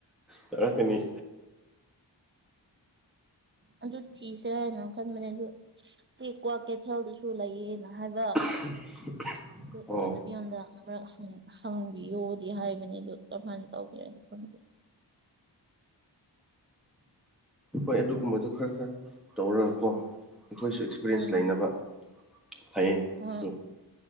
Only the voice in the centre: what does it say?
ꯇꯧꯔꯛꯀꯅꯤ
<unintelligible>
ꯑꯣ
ꯍꯣꯏ ꯑꯗꯨꯒꯨꯝꯕꯗꯨ ꯈꯔ ꯈꯔ ꯇꯧꯔꯒꯀꯣ ꯑꯩꯈꯣꯏꯁꯨ ꯑꯦꯛꯁꯄꯤꯔꯤꯌꯦꯟꯁ
ꯂꯩꯅꯕ ꯐꯩꯌꯦ ꯑꯗꯨꯁꯨ